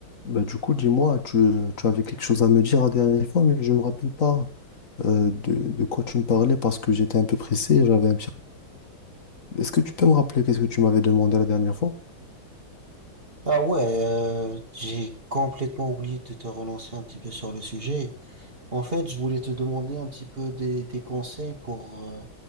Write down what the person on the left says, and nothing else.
Bah, du coup, dis-moi, tu, tu avais quelque chose à me dire la dernière fois, mais je me rappelle pas euh, de, de quoi tu me parlais parce que j'étais un peu pressé, j'avais un petit... Est-ce que tu peux me rappeler qu'est-ce que tu m'avais demandé la dernière fois?